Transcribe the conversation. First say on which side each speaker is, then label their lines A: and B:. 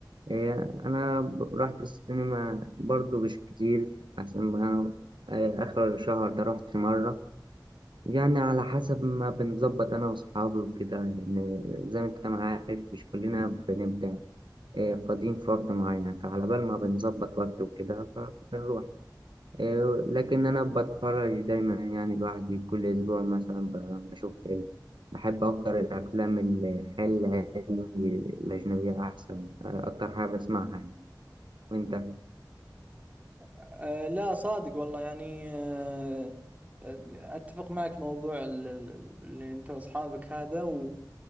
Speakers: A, on the right; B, on the right.
A: إيه، أنا ب- رحت السينما برضو مش كتير عشان ما إيه، آخر الشهر ده رحت مرة يعني على حسب ما بنظبط أنا وأصحابي وكده لأن زي ما أنت ما عارف مش كلنا بنبقى إيه، فاضيين في وقت معين فعلى بال ما بنظبط وقت وكده فبنروح. آه، لكن أنا بتفرج دايما يعني بعد كل أسبوع مثلا ب- بشوف فيلم بحب أكتر الأفلام الخيال العلمي الأجنبية أحسن آه، أكتر حاجة بسمعها يعني وأنت؟
B: أه لا صادق والله يعني أه آه، اتفق معك في موضوع ال- ال- ال- اللي انت واصحابك هذا و...